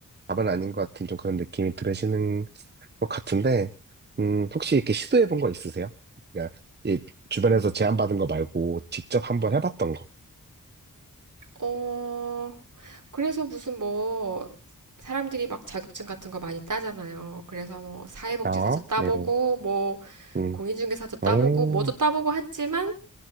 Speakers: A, on the right; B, on the right.
A: 답은 아닌 것 같은 좀 그런 느낌이 들으시는 것 같은데 음, 혹시 이렇게 시도해 본 거 있으세요? 그러니까 이 주변에서 제안받은 거 말고 직접 한번 해봤던 거.
B: 어 그래서 무슨 뭐 사람들이 막 자격증 같은 거 많이 따잖아요. 그래서 뭐 사회복지사도
A: 아,
B: 따보고
A: 네, 뭐.
B: 뭐
A: 음,
B: 공인중개사도 따보고
A: 오,
B: 뭐도 따보고 했지만